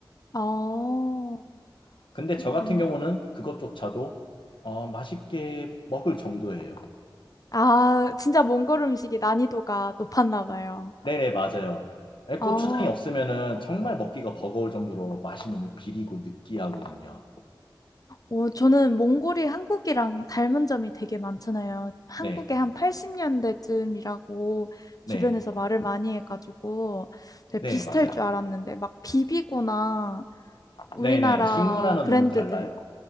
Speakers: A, on the left (about 45°); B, on the left (about 75°).
A: 어,
B: 근데
A: 이게.
B: 저 같은 경우는 그것조차도 어, 맛있게 먹을 정도예요.
A: 아, 진짜 몽골 음식이 난이도가 높았나 봐요.
B: 네네, 맞아요. 에,
A: 아,
B: 고추장이 없으면은 정말 먹기가 버거울 정도로 맛이 너무 비리고 느끼하거든요.
A: 어, 저는 몽골이 한국이랑 닮은 점이 되게 많잖아요. 한국에
B: 네,
A: 한 80년대쯤이라고
B: 네,
A: 주변에서 말을 많이 해가지고 되게
B: 네,
A: 비슷할
B: 맞아요.
A: 줄 알았는데 막 비비고나 우리나라
B: 네네, 식문화는
A: 브랜드들
B: 너무 달라요.